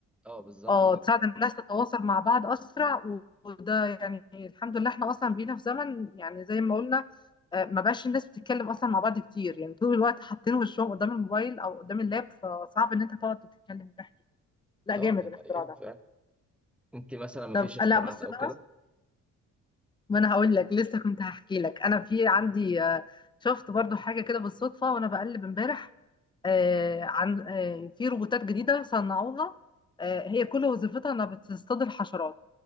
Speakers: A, in the centre; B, on the left.
A: اه بالظبط
B: اه
A: كده
B: تساعد الناس تتواصل مع بعض اسرع و- وده يعني الحمد لله احنا اصلا بقينا في زمن يعني زي ما قلنا آه، ما بقاش الناس بتتكلم اصلا مع بعض كتير يعني طول الوقت حاطين وشهم قدام الموبايل او قدام اللاب فصعب ان انت تقعد تتكلم وتحكي لا
A: اه
B: جامد
A: ده
B: الاختراع
A: حقيقي
B: ده
A: فعلا انت مثلا مفيش
B: طب
A: اختراعات
B: لا بص
A: او
B: بقى
A: كده
B: ما انا هقول لك لسه كنت هحكي لك انا في عندي آه، شفت برضو حاجه كده بالصدفه وانا بقلب امبارح آه، عن آه، في روبوتات جديده صنعوها آه، هي كل وظيفتها انها بتصطاد الحشرات